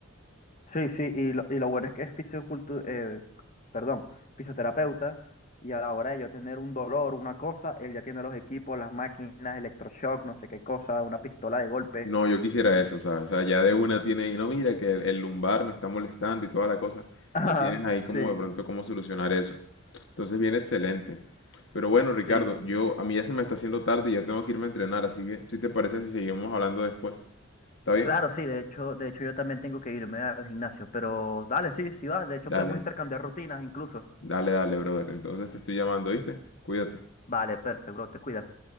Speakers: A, on the left (about 35°); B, on the left (about 60°).
A: sí, sí, y lo, y lo bueno es que es fisiocultu- eh, perdón, fisioterapeuta, y a la hora de yo tener un dolor, una cosa, él ya tiene los equipos, las máquinas, electroshock, no sé qué cosa, una pistola de golpe,
B: No, yo quisiera
A: y...
B: eso, ¿sabes? O sea, ya de una tiene ahí, no, mira que el, el lumbar me está molestando y toda la cosa.
A: <laughs> Ajá,
B: Ya tienes ahí como
A: sí,
B: de pronto cómo solucionar eso. Entonces viene excelente. Pero bueno, Ricardo,
A: sí, sí.
B: yo a mí ya se me está haciendo tarde y ya tengo que irme a entrenar, así que si te parece si seguimos hablando después, ¿está bien?
A: Claro, sí, de hecho, de hecho yo también tengo que irme al gimnasio, pero dale, sí, sí va, de hecho
B: Dale,
A: podemos intercambiar rutinas incluso.
B: dale, dale, brother. Entonces te estoy llamando, ¿viste? Cuídate.
A: Vale, perfecto, bro, te cuidas.